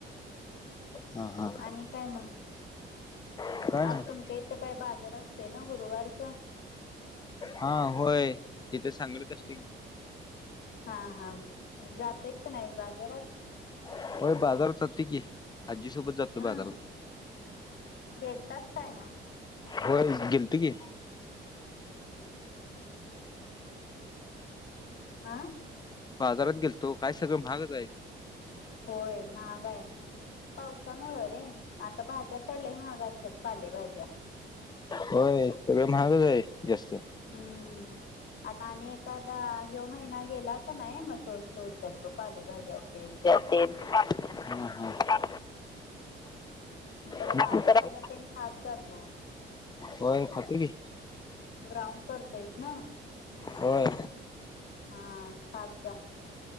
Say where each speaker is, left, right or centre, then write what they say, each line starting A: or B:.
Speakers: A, on the left; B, on the left.
A: हा हा
B: आणि काय म?
A: काय
B: आज
A: नाही
B: तुमच्या इथं काय बाजार असतोय ना गुरुवारचा?
A: हा होय इथं सांगलीत असतोय.
B: हां हां जातयत का नाही बाजारात?
A: होय बाजारात जातोय की आजीसोबत जातो
B: हां
A: बाजारात
B: गेलतास काय मग
A: होय गेलतो की.
B: आं
A: बाजारात गेलतो. काय सगळं महागच हाय.
B: होय, महाग हाय. पावसामुळं रे, आता भाज्या तर लय महाग असत्यात पालेभाज्या.
A: होय सगळं महागच आहे जास्त.
B: हम्म आता आणि एखादा ह्यो महिना गेला का नाही म स्वस् स्वस्तत्यात ब पालेभाज्या तेन
A: तेन <inaudible> हा हा
B: जरा
A: होय
B: पालेभाज्या तेन खात जा तू.
A: होय खातोय की,
B: ग्राउंड करतोयस ना?
A: होय.
B: हां खात जा.